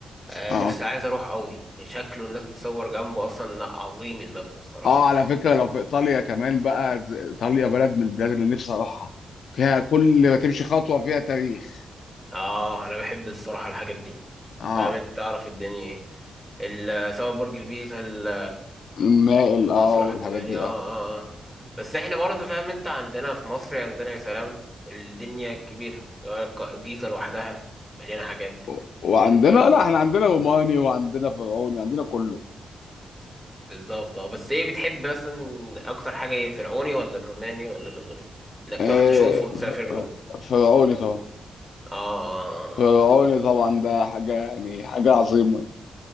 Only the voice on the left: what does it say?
اه
اه على فكره لو في ايطاليا كمان بقى ايطاليا بلد من البلاد اللي نفسي اروحها فيها كل ما تمشي خطوه فيها تاريخ
اه
المائل
اه والحاجات
دي
اه
و- وعندنا
لا احنا عندنا روماني وعندنا فرعوني عندنا كله
إيه
ف-
فرعوني طبعا
فرعوني
طبعا ده حاجة يعني حاجة عظيمة